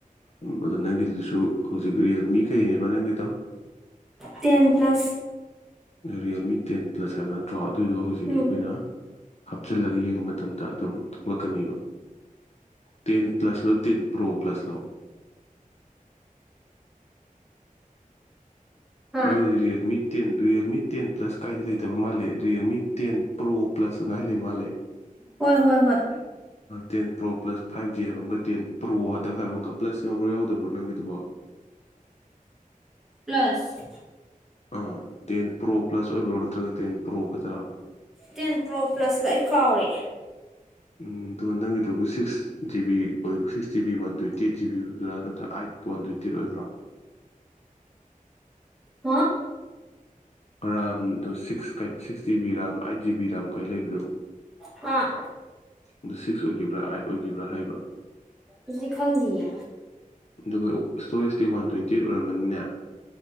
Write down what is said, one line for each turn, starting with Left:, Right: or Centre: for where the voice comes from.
Left: ꯑꯗꯣ ꯅꯪꯒꯤꯗꯨꯁꯨ ꯍꯧꯖꯤꯛ ꯔꯤꯌꯦꯜꯃꯤ ꯀꯩꯅꯦꯕ ꯅꯪꯒꯤꯗꯣ
Centre: ten plus
Left: Realme ten plus ꯍꯥꯏꯕ ꯅꯠꯇ꯭ꯔꯣ ꯑꯗꯨꯗꯣ ꯍꯧꯖꯤꯛ
Centre: ꯎꯝ
Left: ꯑꯩꯈꯣꯏꯅ ꯍꯥꯞꯆꯤꯜꯂꯒ ꯌꯦꯡꯕ ꯃꯇꯝꯗ ꯑꯗꯨꯝ ꯊꯣꯛꯂꯛꯀꯅꯤꯕ ꯇꯦꯟ ꯄ꯭ꯂꯁꯔꯣ ꯇꯦꯟ ꯄ꯭ꯔꯣ ꯄ꯭ꯂꯁꯔꯣ
Centre: ꯍꯥꯥ
Left: ꯅꯣꯏꯁꯦ Realme ten Realme ten plus ꯀꯥꯏꯗꯤ ꯂꯩꯇꯕ ꯃꯥꯜꯂꯦ ꯔꯤꯌꯦꯜꯃꯤ ꯇꯦꯟ ꯄ꯭ꯔꯣ ꯄ꯭ꯂꯁꯅꯂꯩ ꯃꯥꯜꯂꯦ
Centre: ꯍꯣꯏ ꯍꯣꯏ ꯍꯣꯏ
Left: ten pro plus five G ꯍꯥꯏꯕ ꯑꯃꯒ ꯇꯦꯟ ꯄ꯭ꯔꯣ ꯍꯟꯗꯛ ꯍꯥꯏꯕ ꯑꯃꯒ ꯄ꯭ꯂꯁ ꯌꯥꯎꯕ꯭ꯔꯣ ꯌꯥꯎꯗꯕ꯭ꯔꯣ ꯅꯪꯒꯤꯗꯨꯕꯣ <unintelligible>
Centre: ꯄ꯭ꯂꯁ
Left: ꯑꯥ ꯇꯦꯟ ꯄ꯭ꯔꯣ ꯄ꯭ꯂꯁ ꯑꯣꯏꯕꯔꯣ ꯅꯠꯇ꯭ꯔꯒ ꯇꯦꯟ ꯄ꯭ꯔꯣ ꯈꯛꯇꯔ
Centre: ꯇꯦꯟ ꯄ꯭ꯔꯣ ꯄ꯭ꯂꯁꯂ ꯑꯩ ꯀꯥꯎꯔꯦ
Left: ꯎꯝ ꯑꯗꯨ ꯅꯪꯒꯤꯗꯨꯕꯨ ꯁꯤꯛꯁ ꯖꯤ ꯕꯤ ꯑꯣꯏꯕ six G B one twenty eight GB ꯑꯣꯏꯕꯗꯨꯔꯥ ꯅꯠꯇ꯭ꯔ ꯑꯥꯏꯠ ꯋꯥꯟ ꯇ꯭ꯋꯦꯟꯇꯤ ꯑꯩꯠ ꯑꯣꯏꯕ꯭ꯔꯥ
Centre: ꯍꯥ
Left: ꯔꯥꯝꯗꯣ ꯁꯤꯛꯁ ꯀꯩꯕ six G B RAM eight G B RAM ꯀꯥꯢ ꯂꯩꯕꯗꯣ
Centre: ꯑꯥ
Left: ꯑꯗꯨ ꯁꯤꯛꯁ ꯑꯣꯏꯈꯤꯕ꯭ꯔꯥ ꯑꯥꯏꯠ ꯑꯣꯏꯈꯤꯕ꯭ꯔꯥ ꯍꯥꯏꯕ
Centre: ꯑꯗꯨꯗꯤ ꯈꯪꯗꯤꯌꯦ
Left: ꯑꯗꯨꯒ ꯏꯁꯇꯣꯔꯦꯖꯇꯤ ꯋꯥꯟ ꯇ꯭ꯋꯦꯟꯇꯤ ꯑꯩꯠ ꯑꯣꯏꯔꯝꯃꯅꯤꯅꯦ